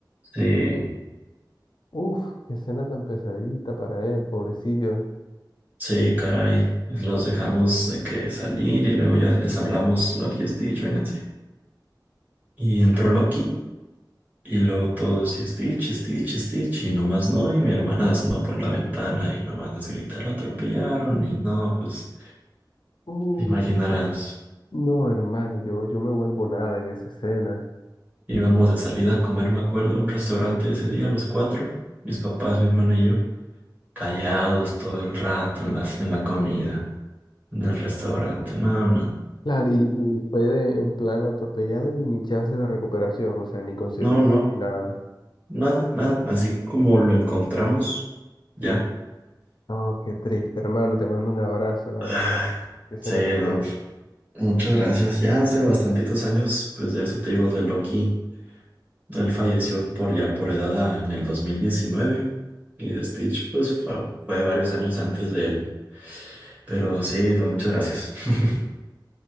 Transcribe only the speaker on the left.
Uf, qué escena tan pesadita para él, pobrecillo.
Uh,
no, hermano, yo, yo me vuelvo nada en esa escena.
Claro, y, y fue de- en plan atropellado y ni chance de recuperación, o sea, ni con cirugía
ni nada.
No, qué triste, hermano, te mando un abrazo, la
verdad. Qué escena
tan
dura.